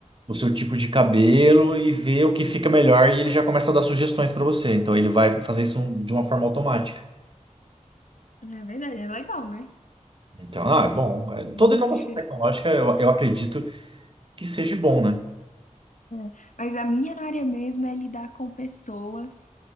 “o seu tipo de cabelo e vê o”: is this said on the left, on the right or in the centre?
Right